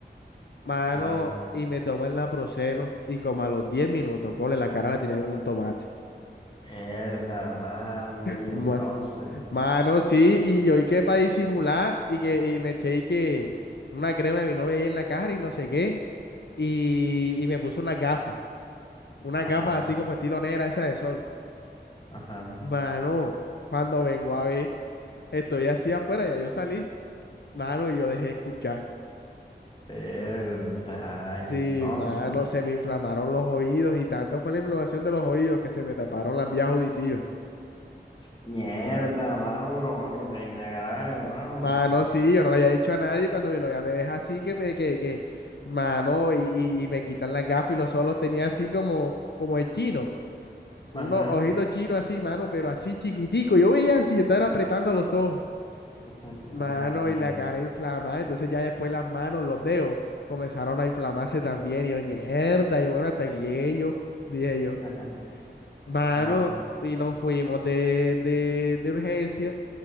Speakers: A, on the left; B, on the left.
A: Mano,
B: Ajá.
A: y me tomé el naproxeno y como a los 10 minutos, cole, la cara la tenía como un tomate.
B: Mierda, mano. Y
A: Ma-
B: entonces.
A: Mano, sí, y yo y que para disimular y que y me eché y que una crema de mi novia ahí en la cara y no sé qué. Y, y me puse unas gafas, unas
B: Ajá.
A: gafas así como estilo negra, esa de sol.
B: Ajá.
A: Mano, cuando vengo a ver, estoy así afuera, ya yo salí. Mano, y yo dejé de escuchar.
B: Mierda.
A: Sí,
B: Y entonces.
A: mano, se me inflamaron los oídos y tanto fue la inflamación de los oídos que se me taparon las vías auditivas.
B: Mierda, mano, pero otro que hay una grave, mano.
A: Mano, sí, yo no lo había dicho a nadie cuando mi novia me deja así que me, que, que, mano, y, y- y me quitan las gafas y los ojos los tenía así como, como de chino,
B: Ajá.
A: unos ojitos chinos así, mano, pero así chiquitico, yo veía así, estaba apretando los ojos,
B: Ajá,
A: mano,
B: ajá,
A: y la cara inflamada, entonces ya después las manos, los dedos comenzaron a inflamarse también, y yo, mierda, yo, bueno, hasta aquí llegué yo, dije yo.
B: ajá. <laughs>
A: Mano,
B: ajá.
A: y nos fuimos de, de, de urgencia.